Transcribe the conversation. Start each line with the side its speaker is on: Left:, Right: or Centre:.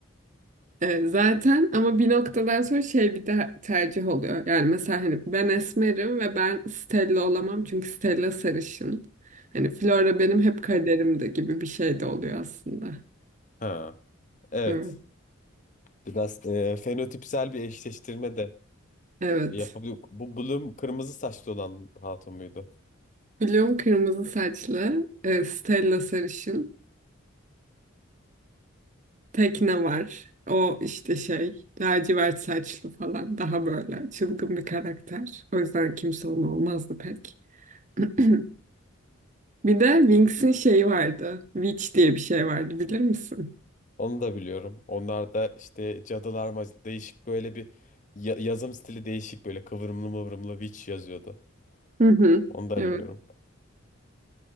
Right: Ee, zaten ama bir noktadan sonra şey bir de tercih oluyor. Yani mesela hani ben esmerim ve ben Stella olamam çünkü Stella sarışın. Hani Flora benim hep kaderimde gibi bir şey de oluyor aslında.
Left: Ha. Evet.
Right: Evet.
Left: Biraz e, fenotipsel bir eşleştirme de
Right: Evet.
Left: yapabiliyor. Bu Bloom kırmızı saçlı olan hatun muydu?
Right: Bloom kırmızı saçlı, e, Stella sarışın, Tekne var. O işte şey, lacivert saçlı falan daha böyle çılgın bir karakter. O yüzden kimse onu olmazdı pek. <clears throat> Bir de Winx'in şeyi vardı. Witch diye bir şey vardı bilir misin?
Left: Onu da biliyorum. Onlar da işte cadılar mac- değişik böyle bir ya- yazım stili değişik böyle kıvrımlı mıvrımlı witch yazıyordu.
Right: Hı hı.
Left: Onu da
Right: Evet.
Left: biliyorum.